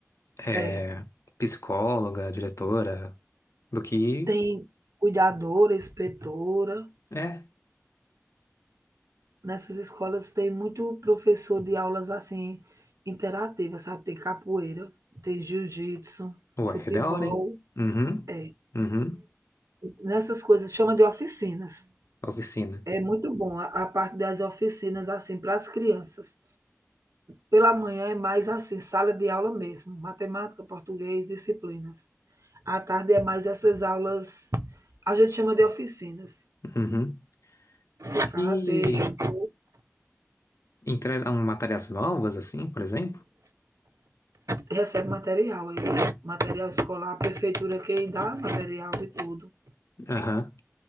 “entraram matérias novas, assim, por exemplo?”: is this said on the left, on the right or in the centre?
Left